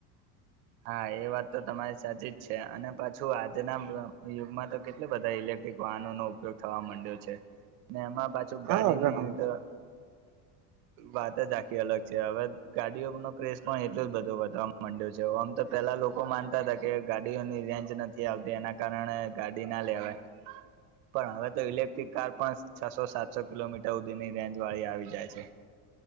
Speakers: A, on the right; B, on the right.
A: હા એ વાત તો તમારી સાચી જ છે અને પાછું આજના યુગમાં તો કેટલા બધા ઇલેક્ટ ટ્રીક વાહનો નો ઉપયોગ થવા માંડ્યો છે ને એમાં પા જો
B: હા
A: ગાડીને
B: ઘણા બધા
A: તો વાત જ આખી અલગ છે હવે ગાડીઓનો ક્રેસ પણ એટલું જ બધું વધવા માંડ્યો છે. જો આમ તો પેલા લોકો માનતા હતા કે ગાડીઓની રેન્જ નથી આવતી એના કારણે ગાડીના લેવાય.
B: <inaudible>
A: પણ હવે તો ઇલેક્ટ્રિક કાર પસ છસો સાતસો કિલોમીટર ઉધી ની રેન્જ વાળી આવી જાય છે.